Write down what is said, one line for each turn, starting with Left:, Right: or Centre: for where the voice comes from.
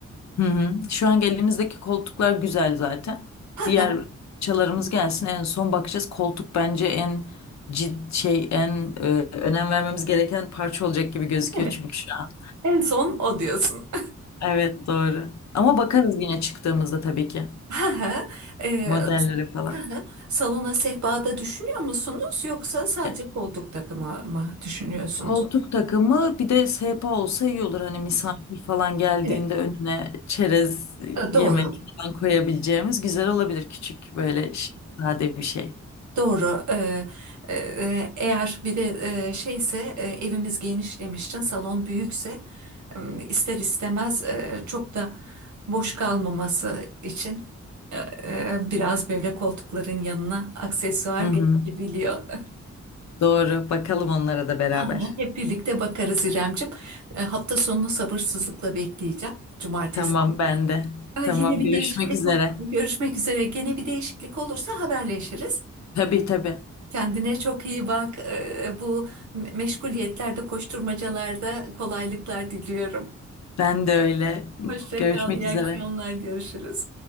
Left: Hı hı. Şu an elimizdeki koltuklar güzel zaten.
Right: ha
Left: Diğer
Right: Aha,
Left: çalarımız gelsin en son bakacağız. Koltuk bence en cid şey en e, önem vermemiz gereken parça olacak gibi gözüküyor
Right: evet.
Left: çünkü şu an.
Right: En son o diyorsun.
Left: Evet doğru. Ama bakarız yine çıktığımızda tabii ki.
Right: <laughs> ha e,
Left: Modellere falan.
Right: aha. Salona sehpada düşünüyor musunuz yoksa sadece
Left: E,
Right: koltuk takımı mı düşünüyorsunuz?
Left: Koltuk takımı bir de sehpa olsa iyi olur. Hani misafir falan geldiğinde
Right: Evet.
Left: önüne çerez e,
Right: E, Doğru.
Left: yemek falan koyabileceğimiz güzel olabilir. Küçük böyle ş- sade bir şey.
Right: Doğru. Ee, e, eğer bir de e, şeyse e, evimiz geniş demiştin, salon büyükse e, ister istemez e, çok da boş kalmaması için e, e, biraz böyle koltukların yanına aksesuar
Left: Hı
Right: gerekebiliyor.
Left: hı.
Right: <laughs>
Left: Doğru. Bakalım onlara da beraber.
Right: Hı hı, Hep birlikte bakarız İremcim. E, Hafta sonunu sabırsızlıkla bekleyeceğim. Cumartesi.
Left: Tamam ben de.
Right: E,
Left: Tamam
Right: Yine bir
Left: görüşmek
Right: değişiklik
Left: üzere.
Right: ol- görüşmek üzere. Gene bir değişiklik olursa haberleşiriz.
Left: Tabii tabii.
Right: Kendine çok iyi bak. Ee, Bu me- meşguliyetlerde, koşturmacalarda kolaylıklar diliyorum.
Left: Ben de öyle.
Right: Hoşça
Left: Görüşmek
Right: kal, iyi
Left: üzere.
Right: akşamlar, görüşürüz.